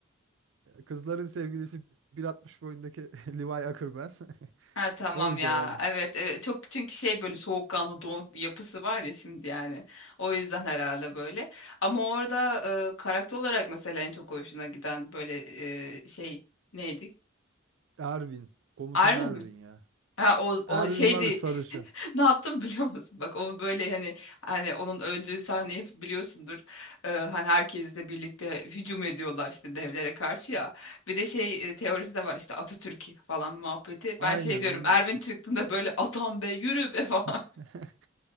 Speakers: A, on the right (about 65°); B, on the left (about 90°).
A: Kızların sevgilisi 1.60 boyundaki <laughs> Levi Ackerman. <laughs>
B: ha tamam
A: Oydu
B: ya
A: o adam.
B: evet evet çok çünkü şey böyle soğukkanlı donuk bir yapısı var ya şimdi yani o yüzden herhalde böyle ama orada e, karakter olarak mesela en çok hoşuna giden böyle e, şey neydi
A: Erwin. Komutan
B: Armin
A: Erwin
B: mi?
A: ya.
B: Ha, o,
A: Erwin
B: o şeydi
A: var ya sarışın.
B: <laughs> ne yaptım biliyor musun? Bak onu böyle hani hani onun öldüğü sahneyi biliyorsundur. Ee, hani herkesle birlikte hücum ediyorlar işte devlere karşı ya. Bir de şey e, teorisi de var işte Atatürk falan muhabbeti.
A: Aynen
B: Ben şey diyorum
A: onu.
B: Erwin çıktığında böyle atam be yürü be <laughs> falan
A: <laughs>